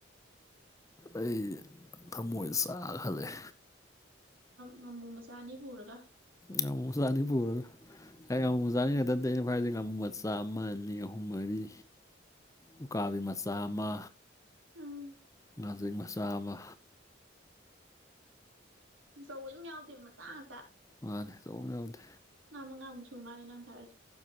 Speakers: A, on the left (about 15°); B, on the right (about 85°).
A: ꯑꯩ ꯊꯃꯣꯏꯗ ꯆꯥꯒ ꯍꯜꯂꯛꯑꯦ
B: ꯉꯥꯃꯨ ꯃꯆꯥ ꯑꯅꯤ ꯄꯨꯔꯒ
A: ꯌꯥꯝꯉꯃꯨ ꯆꯥꯅꯤ ꯄꯨꯔꯒ ꯍ ꯉꯉꯨꯖꯥꯅꯤ ꯍꯦꯛꯇ ꯑꯩꯅꯚꯥꯏꯗꯥ ꯃꯆꯥ ꯑꯃ ꯑꯅꯤ ꯑꯍꯨꯝ ꯃꯔꯤ ꯎꯀꯥꯕꯤ ꯃꯆꯥ ꯑꯃ
B: ꯎꯝ
A: ꯉꯥꯖꯛ ꯃꯆꯥ ꯑꯃ
B: ꯇꯨꯆꯧꯕꯝ ꯌꯥꯎꯗꯦꯕ ꯃꯆꯥ ꯉꯥꯛꯇ
A: ꯃꯥꯅ ꯇꯧꯕ ꯌꯥꯎꯗꯦ
B: ꯉꯥ ꯃꯉꯥꯃꯨꯛꯨ ꯃꯥꯜꯂꯦ ꯅꯪ ꯐꯔꯛꯁꯦ